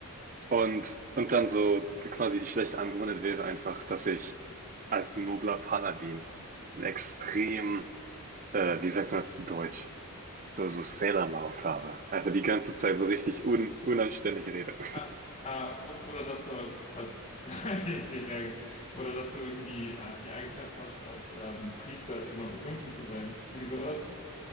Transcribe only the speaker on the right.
Und, und dann so quasi die schlechte Angewohnheit wäre einfach, dass ich als nobler Paladin ein extrem, äh, wie sagt man das in Deutsch, so, so Sailor Mouth habe. Einfach die ganze Zeit so richtig un, unanständig rede.